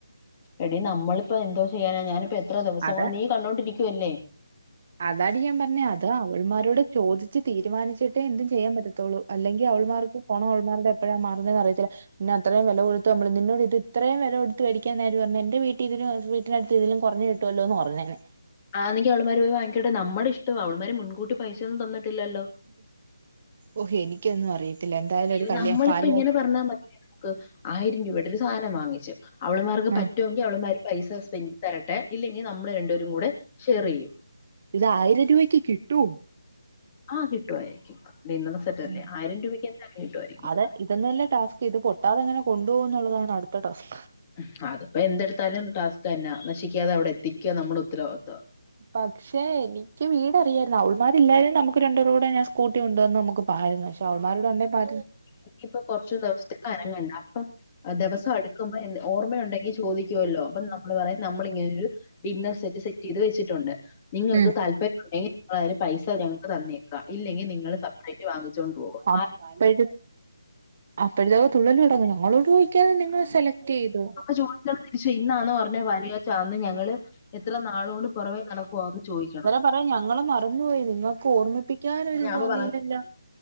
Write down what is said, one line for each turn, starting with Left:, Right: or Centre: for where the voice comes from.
Left: എടി നമ്മളിപ്പ എന്തോ ചെയ്യാനാ ഞാനിപ്പോ എത്ര ദിവസം
Right: അത്
Left: കൊണ്ട് നീ കണ്ടോണ്ടിരിക്കുവല്ലേ
Right: അതാടി ഞാൻ പറഞ്ഞ അത് അവളുമാരോട് ചോദിച്ച് തീരുമാനിച്ചിട്ടേ എന്തും ചെയ്യാൻ പറ്റത്തുള്ളൂ അല്ലെങ്കിൽ അവള് മാർക്ക് അവളുമാരുടെ എപ്പഴാ മാറുന്നെന്ന് അറിയത്തില്ല പിന്നെ അത്രയും വില കൊടുത്ത് നമ്മള് നിന്നോട് ഇത് ഇത്രയും വില കൊടുത്ത് മേടിക്കാനാരുപറഞ്ഞു പറഞ്ഞു എന്റെ വീട്ടി ഇതില വീട്ടിനടുത്ത് ഇതിലും കുറഞ്ഞു കിട്ടുല്ലോ എന്ന് പറഞ്ഞേന്
Left: ആന്നെങ്കിൽ അവൾമാര് പോയി വാങ്ങിക്കട്ടെ നമ്മുടെഷ്ടവാ അവളുമാരു മുൻകൂട്ടി പൈസൊന്നും തന്നിട്ടില്ലല്ലോ
Right: ഓഹ് എനിക്കൊന്നും അറിയത്തില്ല എന്തായാലും
Left: ഇത്
Right: ഒരു കല്യാ
Left: നമ്മളിപ്പ
Right: പാല്
Left: ഇങ്ങനെ പറഞ്ഞാ മതിയ ക്ക് ആയിരം രൂപയുടെ ഒരു സാധനം വാങ്ങിച്ച് അവള്മാർക്ക് പറ്റുങ്കിൽ
Right: ആഹ്
Left: അവള്മാര് പൈസ സ്പെൻ തരട്ടെ ഇല്ലെങ്കിൽ നമ്മള് രണ്ടേരും കൂടെ ഷെയർ ചെയ്യും
Right: ഇത് ആയിരം രൂപയ്ക്ക് കിട്ടൂ
Left: ആഹ് കിട്ടുമായിരിക്കും ഡിന്നർ സെറ്റ് അല്ലേ
Right: ഉം.
Left: ആയിരം രൂപയ്ക്ക് എന്തായാലും കിട്ടുവാരിക്കും
Right: അത് ഇതൊന്നുവല്ല ടാസ്ക് ഇത് പൊ ട്ടാതെങ്ങനെ കൊണ്ടപോവും ന്നുള്ളതാണ് അടുത്ത ടാസ്ക്
Left: ഉം ആതിപ്പൊ എന്തെടുത്താലും ടാസ്ക് തന്നാ നശിക്കാതെ അവിടെ എത്തിക്ക നമ്മുടെ ഉത്തരവാദിത്ത
Right: പക്ഷെ എനിക്ക് വീട്
Left: ഉത്തരവാദിത്വം
Right: അറിയാരുന്നു അവൾമാരില്ലരുന്നെ നമുക്ക് രണ്ടൂരുടെ ഞാൻ സ്കൂട്ടി കൊണ്ടുവന്നു നമുക്ക് പോ പാരുന്ന് പക്ഷേ അവളുമാരുടെ ഉണ്ടേ പാ
Left: എങ്കിപ്പോ കൊറച്ചു ദിവസത്തേക്കു അനങ്ങണ്ട അപ്പം ദിവസം അടുക്ക് ക്കുമ്പോ ഓർമ്മയുണ്ടെങ്കി ചോദിക്കുവല്ലോ അപ്പൊ നമ്മള് പറയും നമ്മളിങ്ങനൊരു ഡിന്നർ സെറ്റ് സെറ്റ് ചെയ്ത് വെച്ചിട്ടുണ്ട് നിങ്ങൾക്ക്
Right: ഉം
Left: താല്പര്യം ഉണ്ടെങ്കിൽതിന് പൈസ ഞങ്ങൾക്ക് തന്നേക്കാം ഇല്ലെങ്കിൽ നിങ്ങൾ സെപ്പറേറ്റ് വാങ്ങിച്ചുകൊണ്ട് പോകാം
Right: <unintelligible> അപ്പഴതുള്ളിൽ തുടങ്ങും ഞങ്ങളോട്ചോയിക്കാതെ നിങ്ങൾ സെലക്ട്യ്തുോ
Left: ചോദിക്ക തിരിച്ചു ഇന്നാന്ന് പറഞ്ഞ വരികാച്ച അന്ന് ഞങ്ങള് എത്ര നാളോണ്ട് പുറകെനടക്കുവന്ന് ചോയിക്കണം
Right: പറയാം ഞങ്ങൾ മറന്നുപോയി നിങ്ങക്ക് ഓർമ്മിപ്പിക്കാനൊരു
Left: ഞാൻ
Right: തോന്നി
Left: അപ്പൊ പറഞ്ഞില്ല
Right: ല്ലല്ലോ